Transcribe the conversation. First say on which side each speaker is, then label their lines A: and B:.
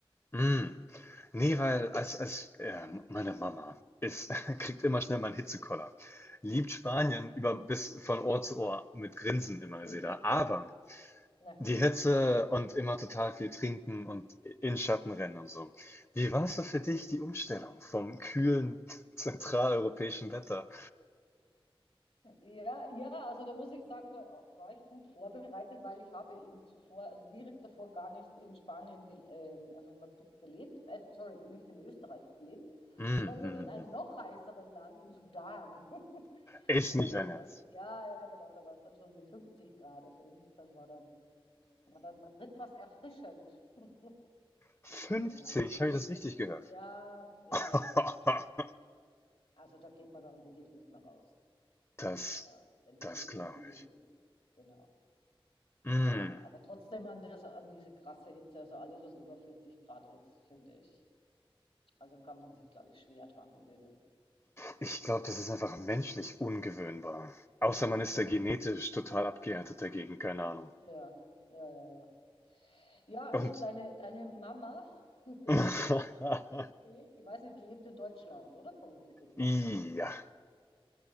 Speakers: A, on the left (about 25°); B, on the left (about 85°).
A: Mhm. Nee, weil als, als äh, meine Mama ist, <laughs> kriegt immer schnell mal einen Hitzekoller. Liebt Spanien über bis von Ohr zu Ohr mit Grinsen immer,
B: Ui,
A: sie da. Aber
B: na.
A: die Hitze und immer total viel trinken und in Schatten rennen und so. Wie war es so für dich, die Umstellung vom kühlen <laughs> zentraleuropäischen Wetter?
B: Ja, ja, also da muss ich sagen, da war ich gut vorbereitet, weil ich habe eben zuvor, also direkt davor gar nicht in Spanien, ge- ähm, also in Madrid gelebt, äh, sorry, nicht in Österreich gelebt,
A: Mhm.
B: sondern in einem noch heißeren Land, im Sudan. <laughs>
A: Ist
B: Also
A: nicht dein
B: da
A: Ernst.
B: war's ja, ja, genau, da war es dann schon um die 50 Grad Also insofern war dann war dann Madrid fast erfrischend. <laughs>
A: 50,
B: Aber ja, ich würde
A: habe ich das
B: jetzt
A: richtig gehört?
B: ja, ja, ja,
A: <laughs>
B: ja. Also da geht man dann wirklich nicht mehr raus,
A: Das,
B: äh, wenn das
A: das
B: irgendwie
A: glaube
B: möglich
A: ich.
B: ist. Genau.
A: Mm.
B: Ja, aber trotzdem an der, an diese krasse Hitze, also alles, was über 40 Grad ist, finde ich. Also kann man sich, glaube ich, schwer dran gewöhnen.
A: Ich glaube, das ist einfach menschlich ungewöhnbar. Außer man ist
B: Mhm.
A: ja genetisch total abgehärtet dagegen, keine Ahnung.
B: Ja, ja, ja, ja. Ja,
A: Und
B: also deine, deine Mama, <laughs> der
A: <laughs>
B: würde ich dann vielleicht empfehlen, ich weiß nicht, die lebt in Deutschland, oder? Vermute ich jetzt mal.
A: ja.